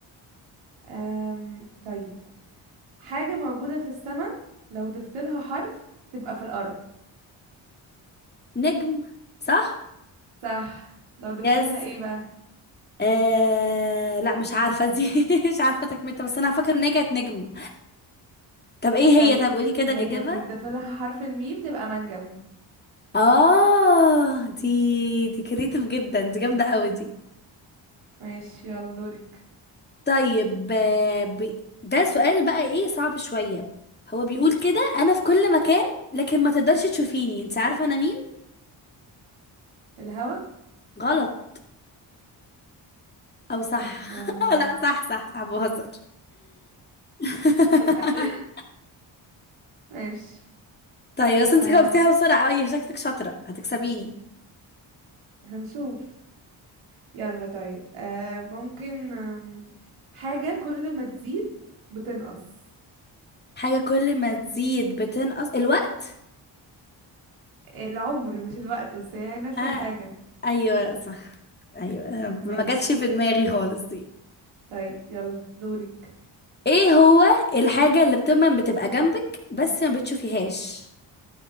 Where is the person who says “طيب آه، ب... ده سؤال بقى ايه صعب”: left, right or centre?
Left